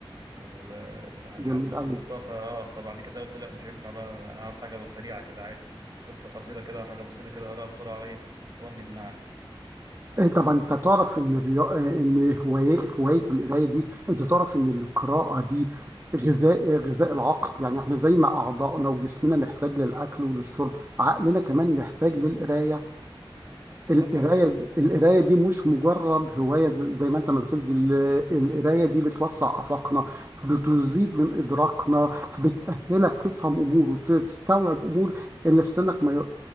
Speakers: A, on the right; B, on the right.
A: ولحد
B: جميل
A: ما
B: قوي
A: خلصتها فآه فبعد كده قلت لا مش هينفع بقى أنا عاوز حاجة سريعة كده عايز قصة قصيرة كده حاجة بسيطة كده أقراها بسرعة إيه وأنجز معاها
B: إيه طبعا انت تعرف ان الريا... ان هوايه هوايه القرايه دي انت تعرف ان القراءه دي غذاء غذاء العقل يعني احنا زي ما اعضائنا وجسمنا محتاج للاكل وللشرب عقلنا كمان محتاج للقرايه القراية
A: طبعا
B: القراية دي مش مجرد هواية ز- زي ما انت ما بتقول دي ال- القراية دي بتوسع آفاقنا بتزيد من إدراكنا بتأهلك تفهم أمور وتستوعب أمور اللي في سنك ما ي-